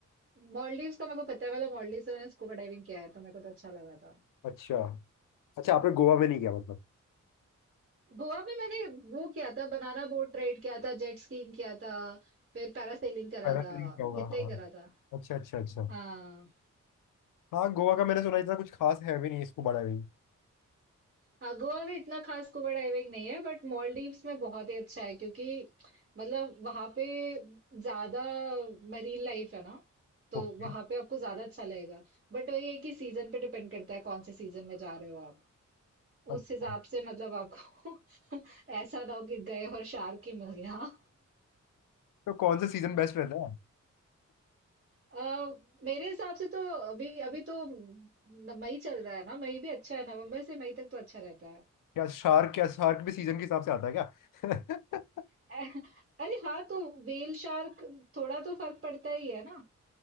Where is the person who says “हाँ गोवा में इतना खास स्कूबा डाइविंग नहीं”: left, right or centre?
Right